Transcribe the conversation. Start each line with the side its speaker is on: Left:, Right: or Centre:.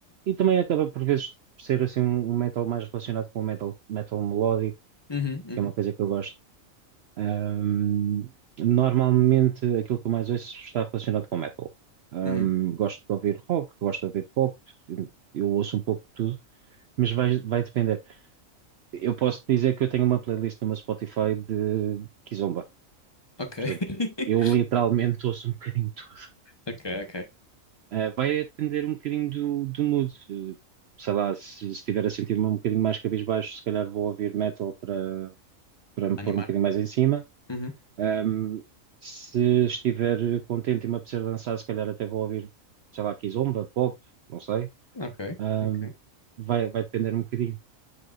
Right: e também acaba por vezes ser assim um, um metal mais relacionado com o metal, metal melódico,
Left: Uhum, uhum.
Right: que é uma coisa que eu gosto. Hum, normalmente aquilo que eu mais ouço está relacionado com metal. Hum,
Left: Uhum.
Right: gosto de ouvir rock, gosto de ouvir pop, eu eu ouço um pouco de tudo. mas vai, vai depender. Eu posso dizer que eu tenho uma playlist numa Spotify de Kizomba.
Left: Ok.
Right: Portanto,
Left: <laughs>
Right: eu literalmente ouço um bocadinho de tudo.
Left: Ok, ok.
Right: Ah, vai depender um bocadinho do, do mood. Eh, Sei lá, se se estiver a sentir-me um bocadinho mais cabisbaixo, se calhar vou ouvir metal para, para me
Left: Animar.
Right: pôr um bocadinho mais em cima.
Left: Uhum.
Right: Ahm, se estiver contente e me apetecer dançar, se calhar até vou ouvir, sei lá, Kizomba, pop, não sei.
Left: Ok,
Right: Ahm,
Left: ok,
Right: vai, vai depender um bocadinho.